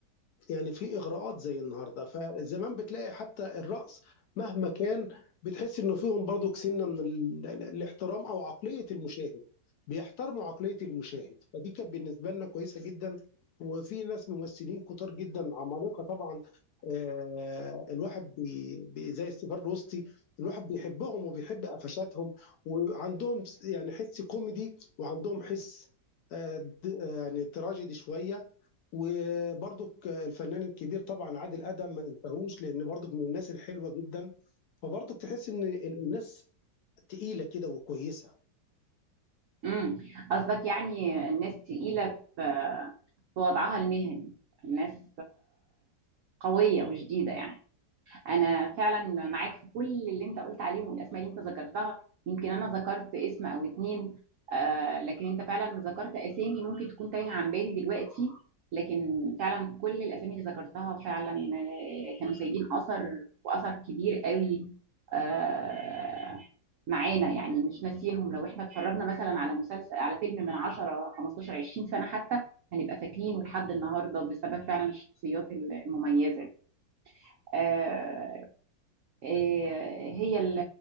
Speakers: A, on the left; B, on the right.
A: يعني في إغراءات زي النهارده، فزمان بتلاقي حتى الرقص مهما كان بتحس إنه فيهم برضك سِنّة من ال ال- الاحترام أو عقلية المشاهد، بيحترموا عقلية المشاهد، فدي كانت بالنسبة لنا كويسة جدًا، وفي ناس ممثلين كتار جدًا عمالقة طبعًا آآ الواحد بي بي زي السيفاد الوسطي، الواحد بيحبهم وبيحب قفشاتهم وعندهم س يعني حِس كوميدي وعندهم حِس آآ د آه، يعني تراجيدي شوية وبرضك الفنان الكبير طبعا عادل ادم ما ننساهوش لان برضك من الناس الحلوه جدا فبرضك تحس ان ال- الناس تقيله كده وكويسه
B: امم قصدك يعني الناس تقيلة في في وضعها المهني الناس قوية وشديدة يعني انا فعلا معاك في كل اللي انت قلت عليهم والاسماء اللي انت ذكرتها يمكن انا ذكرت اسم او اتنين آه لكن انت فعلا ذكرت اسامي ممكن تكون تايهه عن بالي دلوقتي لكن فعلا كل الاسامي اللي ذكرتها فعلا آه، كانوا سايبين اثر واثر كبير قوي آه معانا يعني مش ناسيينهم لو احنا اتفرجنا مثلا على مسلسل على فيلم من 10 15 20 سنه حتى هنبقى فاكرينه لحد النهارده بسبب فعلا الشخصيات المميزه دي. آه، هي ال-